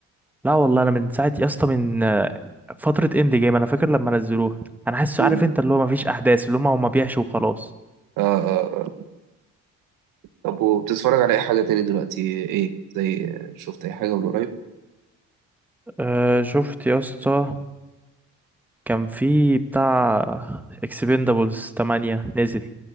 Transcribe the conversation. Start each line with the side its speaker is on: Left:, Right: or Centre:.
Centre: لا والله أنا من ساعة يا اسطى من آه، فترة إند جيم أنا فاكر لما نزلوها أنا حاسس
Right: مم.
Centre: عارف أنت اللي هو مفيش أحداث اللي هما هما بيحشوا وخلاص
Right: آه آه آه. طب وبتتفرج على أي حاجة تاني دلوقتي إيه زي آه، شفت أي حاجة من قريب؟
Centre: أه شفت يا اسطى كان في بتاع اكسبندابلز 8 نزل